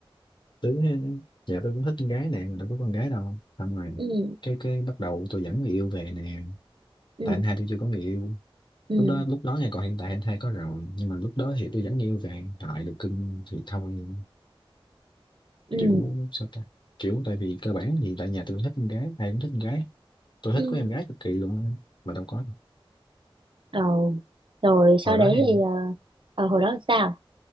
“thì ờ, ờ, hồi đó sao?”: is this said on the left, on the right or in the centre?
Right